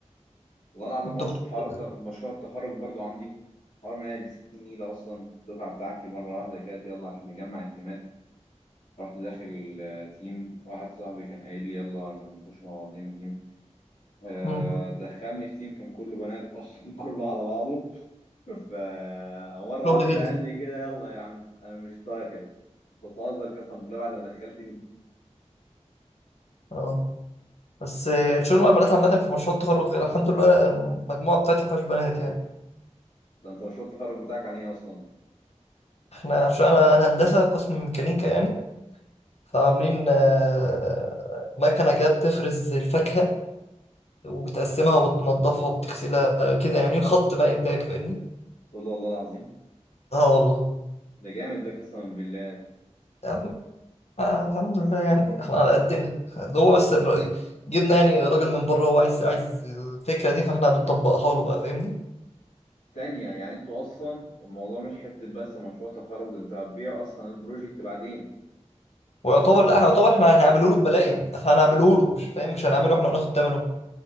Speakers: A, on the left (about 85°); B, on the left (about 60°).
A: والله العظيم
B: الدكتور
A: اصلا حوار الت- مشروع التخرج برضو عندي حوار من ب 60 نيلة اصلا الدفعة بتاعتي مرة واحدة كده يلا عشان نجمع التيمات رحت داخل آه، تيم واحد صاحبي كان قايل لي يلا عشان نخش مع بعضينا تيم آه،
B: مم.
A: دخلني في تيم كان كله بنات اصلا <laughs> كله على بعضه فمرة
B: شغل
A: واحدة
B: غيري
A: قال لي كده يلا يا عم أنا مش داخل أنت بتهزر قسما بالله بعد ما دخلتني
B: اه بس آه، الشغل مع البنات عامة في مشروع التخرج غير الحمد لله المجموعة بتاعتي مفيهاش بنات يعني
A: ده أنت مشروع التخرج بتاعك عن إيه أصلا؟
B: احنا عشان انا أنا هندسة قسم ميكانيكا يعني فعاملين آه، مكنة كده بتفرز الفاكهة وبتقسمها وبتنضفها وبتغسلها كده يعني عاملين خط بقى انتاج فاهمني
A: قلت له والله العظيم
B: اه والله
A: ده جامد ده قسما بالله
B: يا عم آه، الحمد لله يعني احنا على قدنا ده هو بس الرأي جبنا يعني راجل من بره هو عايز عايز الفكرة دي فاحنا بنطبقها له بقى فاهمني
A: تانية يعني أنتوا أصلا الموضوع مش حتة بس مشروع تخرج ده أنت هتبيع أصلا البروجكت بعدين
B: ويعتبر لا يعتبر احنا هنعمله له ببلاش يعني احنا هنعمله له مش فاهم مش هنعمله احنا وناخد ثمنه